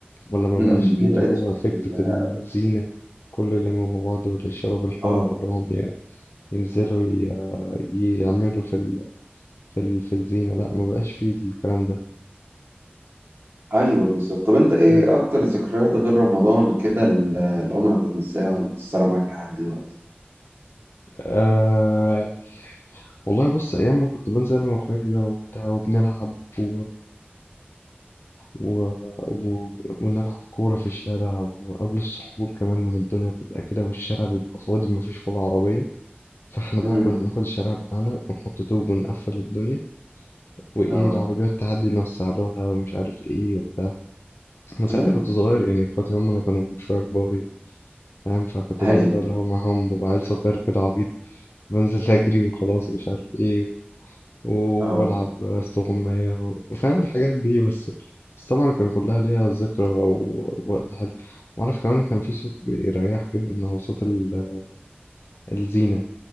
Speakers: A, on the left; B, on the right.
A: ولا ما
B: امم
A: بقاش فيه
B: ما
A: اللي
B: بقتش
A: هو فكرة
B: كده.
A: الزينة كل اللي مع بعض والشباب الحر
B: اه
A: كلهم يعني. ينزلوا ي- يعملوا في ال... في ال... في الزينة لا ما بقاش فيه الكلام ده
B: ايوه بالظبط طب انت ايه
A: مم.
B: اكتر ذكريات غير رمضان كده اللي اللي عمرك ما تنساها ومكسره معاك لحد دلوقتي
A: أه... والله بص أيام ما كنت بنزل أنا وأخواتي بقى وبتاع وبنلعب و... و... و... ونلعب كورة في الشارع وقبل السحور كمان لما الدنيا تبقى كده والشارع بيبقى فاضي مفيش ولا عربية فاحنا بقى
B: امم
A: كنا بناخد الشارع بتاعنا ونحط طوب ونقفل الدنيا وايه
B: اه
A: العربيات تعدي نوسع لها ومش عارف ايه وبتاع انا ساعتها
B: امم
A: كنت صغير يعني اخواتي هم اللي كانوا شوية كبار يعني. فاهم فكنت
B: ايوه
A: بنزل بقى اللي هو معاهم ببقى عيل صغير كده عبيط بنزل أجري وخلاص مش عارف إيه وبلعب
B: اه
A: استغماية و- وفاهم الحاجات دي بس بس طبعا كان كلها ليها ذكرى ووقت حلو وعارف كمان كان في صوت بيريح جدا هو صوت ال- الزينة